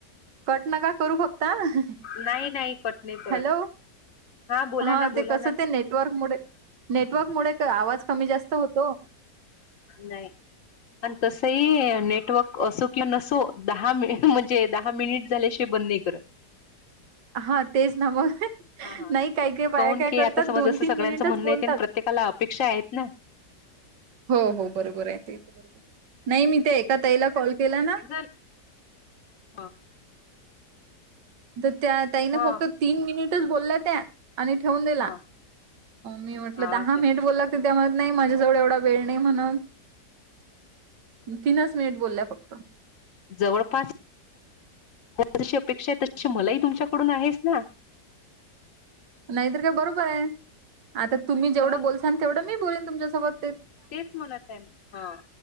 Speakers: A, on the right; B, on the left.
A: कंट नकां करूं फक्तं
B: नाही नाही कट नाही करत
A: हॅलो
B: हा बोला
A: हां
B: ना बोला
A: ते कसं
B: ना
A: ते नेटवर्क मुळे नेटवर्क मुळे आवांज कमी जास्तं होतं
B: नाहीं आणि तसंही नेटवर्क असो किंवा नसो दहा मिनिटे म्हणजे दहा मिनिटं झाल्याशिवाय बंद नाहीं करतं
A: हां तेचं नं मगं
B: हा हा.
A: नाहीं कांहीं कांहीं बायां
B: काऊन
A: कायं
B: की
A: करतांत
B: आता समज
A: दोन
B: असं
A: तीनं
B: सगळ्यांचं
A: मिनिटं
B: म्हणणं
A: चं बोलतांत
B: येते आणि प्रत्येकाला अपेक्षा आहेत ना.
A: हो हो बरोबर आहे ते नाहीं मी त्यां एकां ताईला कॉल केलां नां
B: जरं हां
A: तरं त्यां ताईने
B: ह
A: फक्तं तीनं मिनिटंच बोलल्यां त्यां आणि ठेवूंन दिला
B: ह
A: मी म्हटलं
B: हा
A: दहा
B: ओके.
A: मिनिटं बोलां त्यां म्हणतं नाहीं माझ्यांजवळं एवढां वेळं नाहीं म्हणतं तीनं चं मिनिटं बोलल्यांय फक्तं
B: जवळंपास जशी अपेक्षा आहे तशी मलांही तुमच्यांकडूंन आहेसं नां
A: नाहींतरं कायं बरोबर आहे आंता तुम्हीं जेवढं
B: तर मग
A: बोलसांल तेवढं मी बोलेन तुमच्यांसोबतं
B: तेचं म्हणतं आहे हां